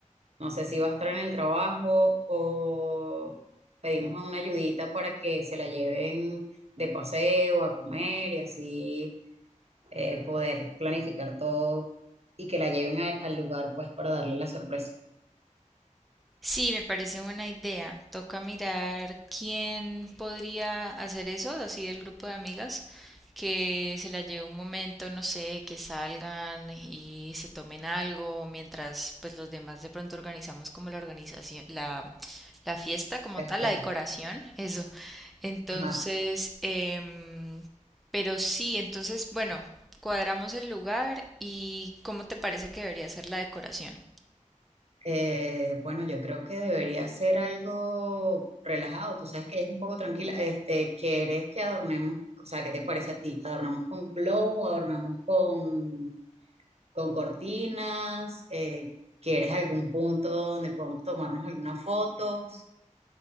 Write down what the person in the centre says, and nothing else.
Sí, me parece buena idea. Toca mirar quién podría hacer eso, así del grupo de amigas, que se la lleve un momento, no sé, que salgan y se tomen algo, mientras pues los demás de pronto organizamos como la organización, la, la fiesta como
tal, la decoración, eso. Entonces,
em, pero sí, entonces, bueno, cuadramos el lugar y ¿cómo te parece que debería ser la decoración?